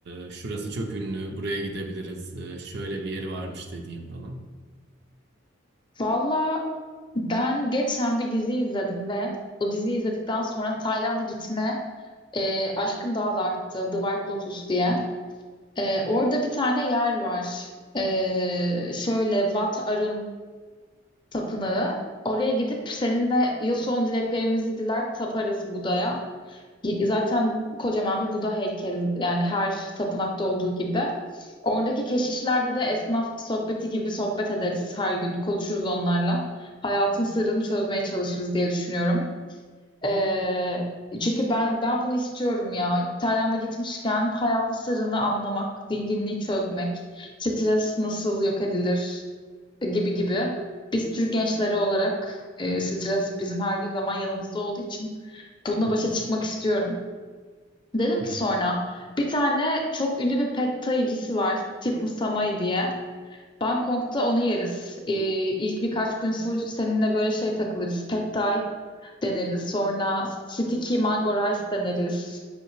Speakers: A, on the right; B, on the left.
A: e, şurası çok ünlü buraya gidebiliriz e, şöyle bir yeri varmış dediğim falan.
B: Valla ben geçen bir dizi izledim ve o diziyi izledikten sonra Tayland'a gitme e, aşkım daha da arttı. The White Lotus diye. Ee, orada bir tane yer var. Ee, şöyle Vat Arun Tapınağı. Oraya gidip seninle ya son dileklerimizi diler taparız Buda'ya. Y- Zaten kocaman bir Buda heykeli yani her tapınakta olduğu gibi. Oradaki keşişlerde de esnaf sohbeti gibi sohbet ederiz her gün. Konuşuruz onlarla. Hayatın sırrını çözmeye çalışırız diye düşünüyorum. Ee, çünkü ben ben bunu istiyorum ya. Tayland'a gitmişken hayatın sırrını anlamak, dinginliği çözmek, stres nasıl yok edilir gibi gibi. Biz Türk gençleri olarak e, stres bizim her zaman yanımızda olduğu için bununla
A: Tabii
B: başa
A: ki.
B: çıkmak istiyorum. Dedim
A: Hı
B: ki
A: hı.
B: sonra bir tane çok ünlü bir pad thai'cisi var. Tip Samai diye. Bangkok'ta onu yeriz. Ee, ilk birkaç gün full seninle böyle şey takılırız. Pad Thai deneriz. Sonra sticky mango rice deneriz.